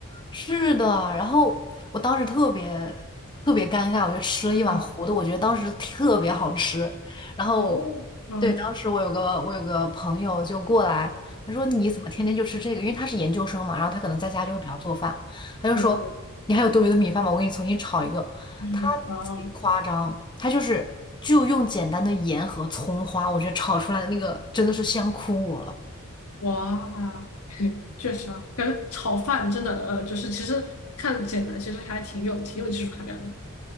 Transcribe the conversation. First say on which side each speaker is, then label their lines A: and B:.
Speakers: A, on the left; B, on the left.
A: 是的。然后我当时特别特别尴尬，我就吃了一碗糊的，
B: 嗯
A: 我觉得当时特别好吃。然后，
B: 哦，嗯
A: 对，当时我有个我有个朋友就过来，他说你怎么天天就吃这个？
B: 对
A: 因为他是研究生嘛，然后他可能在家就会比较做饭，他就说你还有多余的米饭吗？
B: 对对，
A: 我给你重新炒一个。
B: <laughs>
A: 他贼夸张，
B: 啊，
A: 他就是就用简单的盐和葱花，我觉得炒出来的那个真的是香哭我了。
B: 哇，<laughs> 确实啊，感觉炒饭真的，呃，就是其实看简单，其实还挺有挺有技术含量的。